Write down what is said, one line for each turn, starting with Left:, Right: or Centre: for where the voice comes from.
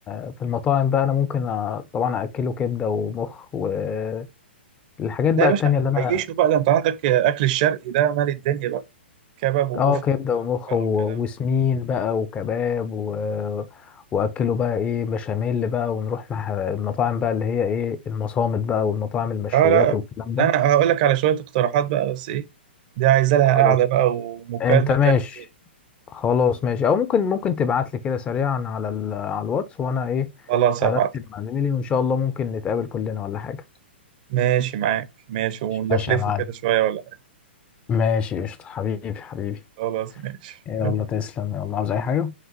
Left: آه، في المطاعم بقى انا ممكن آه، طبعا اكله كبده ومخ والحاجات
Right: لا
Left: بقى
Right: يا
Left: التانية
Right: باشا
Left: اللي انا
Right: عيشه بقى ده انت عندك آه، اكل الشرقي ده مال الدنيا بقى كباب وكفته
Left: اه كبده
Right: وطرب
Left: ومخ
Right: بقى
Left: و-
Right: والكلام
Left: وسمين
Right: ده
Left: بقى وكباب و... واكله بقى ايه بشاميل بقى ونروح مع المطاعم بقى اللي هي ايه المصامت بقى والمطاعم المشويات
Right: اه لا
Left: والكلام ده
Right: انا هقول لك على شويه اقتراحات بقى بس ايه دي عايزه لها
Left: خلاص
Right: قعده بقى ومكالمه
Left: انت ماشي
Right: تانيه
Left: خلاص ماشي او ممكن ممكن تبعت لي كده سريعا على ال... على الواتس وانا ايه
Right: خلاص
Left: هرتب
Right: هبعت
Left: مع زميلي وان شاء الله ممكن نتقابل كلنا ولا حاجه
Right: ماشي معاك ماشي ونلفلفه
Left: ماشي يا معلم
Right: كده شوية ولا حاجة
Left: ماشي قشطة حبيبي حبيبي
Right: خلاص ماشي
Left: يلا
Right: حبيبي
Left: تسلم يلا عاوز اي حاجة